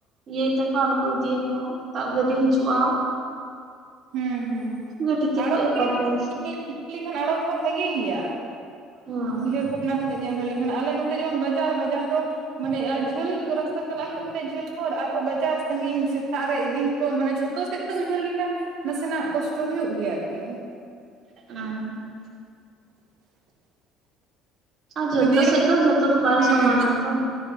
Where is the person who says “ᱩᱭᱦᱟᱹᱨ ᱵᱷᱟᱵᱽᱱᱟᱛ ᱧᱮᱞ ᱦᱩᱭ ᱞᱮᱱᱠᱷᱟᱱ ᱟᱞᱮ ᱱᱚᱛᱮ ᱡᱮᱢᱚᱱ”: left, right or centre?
Right